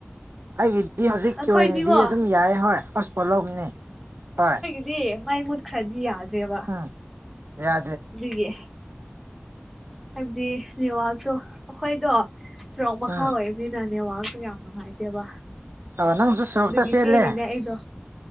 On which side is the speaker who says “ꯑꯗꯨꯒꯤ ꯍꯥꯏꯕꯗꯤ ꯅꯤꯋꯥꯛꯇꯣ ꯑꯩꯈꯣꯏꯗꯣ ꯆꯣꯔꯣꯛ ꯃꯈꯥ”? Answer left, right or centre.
Centre